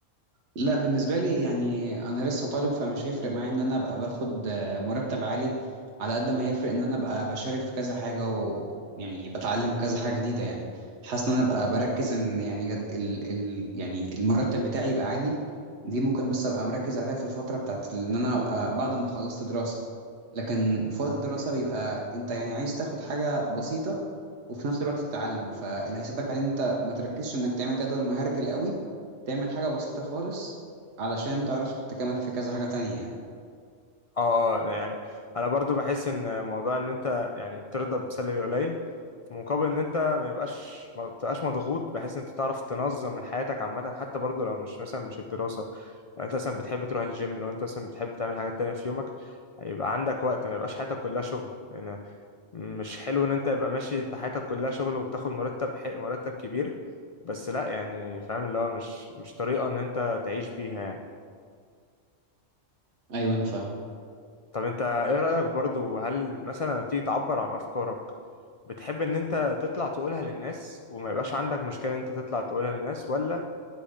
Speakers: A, on the right (about 65°); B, on the left (about 65°).
A: لا بالنسبة لي يعني أنا لسه طالب فمش هيفرق معايا إن أنا أبقى باخد آه، مرتب عالي على قد ما هيفرق إن أنا أبقى بشارك في كذا حاجة ويعني بتعلم كذا حاجة جديدة يعني حاسس إن أنا أبقى بركز إن يعني جد ال ال يعني المرتب بتاعي يبقى عالي دي ممكن بس أبقى مركز عليها في الفترة بتاعت إن أنا أبقى بعد ما خلصت دراسة لكن في وقت الدراسة بيبقى انت يعني عايز تاخد حاجة بسيطة وفي نفس الوقت تتعلم فاللي هيساعدك عليه انت ما تركزش انك تعمل جدول مهرجل قوي تعمل حاجة بسيطة خالص علشان تعرف تكمل في كذا حاجة تانية
B: اه اه ده يعني انا برضو بحس ان موضوع ان انت يعني ترضى بسالري قليل في مقابل ان انت ما يبقاش ما تبقاش مضغوط بحيث ان انت تعرف تنظم من حياتك عامه حتى برضو لو مش مثلا مش الدراسه لو انت مثلا بتحب تروح الجيم لو انت مثلا بتحب تعمل حاجات تانية في يومك هيبقى عندك وقت ما يبقاش حياتك كلها شغل لان مش حلو ان انت يبقى ماشي انت حياتك كلها شغل وبتاخد مرتب حق مرتب كبير بس لا يعني فاهم اللي هو مش مش طريقه ان انت تعيش بيها يعني
A: ايوه انا فاهم
B: طب انت ايه رأيك برضو هل مثلا لما بتيجي تعبر عن افكارك بتحب ان انت تطلع تقولها للناس وما يبقاش عندك مشكلة ان انت تطلع تقولها للناس ولا